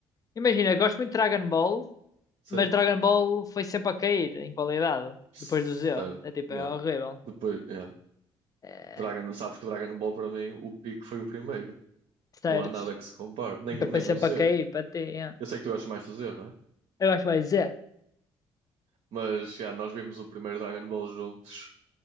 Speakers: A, on the left; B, on the right.
A: Imagina, eu gosto muito de Dragon Ball,
B: Sim.
A: mas Dragon Ball foi sempre a cair em qualidade,
B: Certo.
A: depois do Z. É tipo,
B: Yeah.
A: é horrível.
B: Depois, yeah.
A: É,
B: Dragon, sabes que Dragon Ball para mim, o pico foi o primeiro.
A: Certo.
B: Não há nada que se compare, nem,
A: Então
B: nem
A: foi sempre
B: o Z.
A: para cair, para ter. yeah.
B: Eu sei que tu gostas mais do Z, não é?
A: Eu acho mais é.
B: Mas já, nós vimos o primeiro Dragon Ball juntos